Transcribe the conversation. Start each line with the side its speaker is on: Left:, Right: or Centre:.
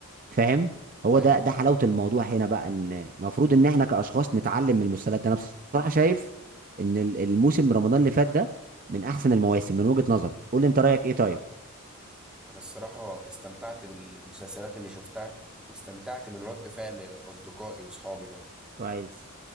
Right: فاهم هو
Centre: أيوة
Right: ده ده
Centre: طبعا
Right: حلاوه الموضوع هنا بقى ان المفروض ان احنا كاشخاص نتعلم من المسلسلات ده انا بصراحه شايف ان ال- الموسم رمضان اللي فات ده من احسن المواسم من وجهه نظري قول لي انت رايك ايه طيب
Centre: أنا الصراحة استمتعت بالمسلسلات اللي شفتها واستمتعت من رد فعل أصدقائي وصحابي برضو
Right: كويس